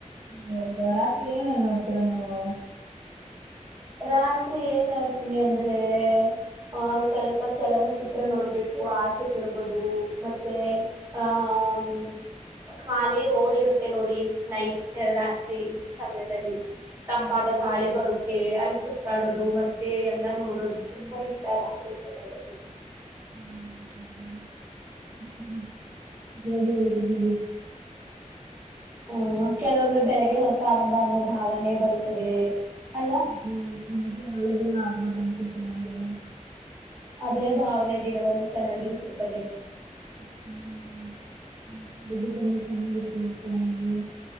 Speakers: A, on the right; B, on the right.
A: ಹೌದಾ ರಾತ್ರಿ ಏನಲ್ಲಿ ನೋಡ್ತೀರಾ ನೀವು.
B: ರಾತ್ರಿ ಏನ್ ನೋಡ್ತೀನಿ ಅಂದ್ರೆ. ಆಹ ಸ್ವಲ್ಪ ಚಲನ ಚಿತ್ರ ನೋಡ್ಬಿಟ್ಟು ಆಚೆ ತಿರಗೂದು ಮತ್ತೆ..... ಆಹಾ ಆಹಾ ಹ್ಮ್ ಖಾಲಿ ರೋಡ್ ಇರುತ್ತೆ ನೋಡಿ..... ನೈಟ್ ರಾತ್ರಿ ಸಮಯದಲ್ಲಿ ತಂಪಾದ ಗಾಳಿ ಬರುತ್ತೆ ಅಲ್ಲಿ... ಸುತ್ತಾಡೋದು ಮತ್ತೆ ಎಲ್ಲಾ ನೋಡೋದು ತುಂಬಾ ಇಷ್ಟ ರಾತ್ರಿ ಸಮಯದಲ್ಲಿ.
A: ಹ್ಮ ಅ <unintelligible> ಹೇಗೇಳಿದ್ರ ನೋಡಿ
B: ಹ್ಮ್ ಹ್ಮ್ ಕೆಲವೊಮ್ಮೆ ಬೆಳಿಗ್ಗೆ ಹೊಸ ಆರಂಭ ಅನ್ನೋ ಭಾವನೆ ಬರುತ್ತದೆ ಅಲ್ಲ
A: ಹ್ಮ್ ಇತ್ತ ಒಳ್ಳೆ ದಿನ ಆಗ್ಬೋದು ಅನ್ಸುತ್ತೆ ನಮ್ಗೆ.
B: ಅದೇ ಭಾವನೆ ದಿನವನ್ನು ಚೆನ್ನಾಗಿರಿಸುತ್ತದೆ.
A: ಹ್ಮ್ ಹ್ಮ್ ು ತುಂಬಾ ಚೆನ್ನಾಗಿತ್ತು ಮತ್ತ ನಂಗೆ